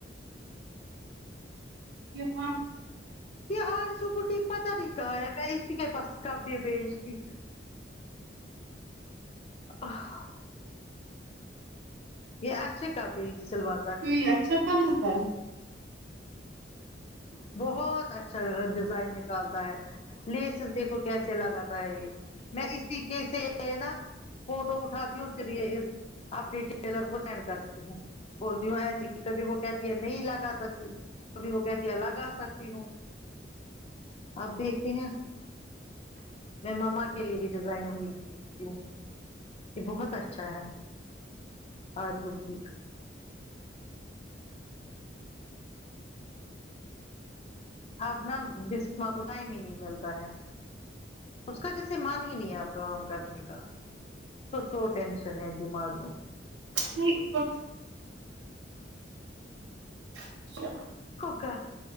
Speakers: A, on the right; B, on the left.
A: یہاں
B: یہ آرزو بوٹیک پتہ نہیں کہا ہے میں اسی کے پاس کبڈی بیھچتی اه یہ اچھی کپڑی سلوا
A: تو یہ اچھا بناتا ہے
B: بہت اچھا ڈیزائن نکال ٹا ہے لیسیس دیکھو کیسے لگاتا ہے یہ میں اس طریقے سے نا فوٹو اٹھاتی ہوں پھر یہ اس اپنے ٹیلر کو سینڈ کرتی ہوں بولتی ہوں ایسی کبھی وہ کہتی ہے نہیں لگا سکتی کبھی وہ کہ تی لگا سکتی ہو اب دیکھتے ہیں میں مما کے لیے بھی ڈیزائن وہیں سے دیکھتی ہوں یہ بہت اچھا ہے اورب ٹھیک اب نا بسمہ کو ٹائم ہی نہیں ملتا ہے اس کا کیسے مان ہی لیا فرام کرنے کا کچ سو ٹینشن ہے دماغ میں
A: نہیں اوپر اچھا
B: اس کو گھر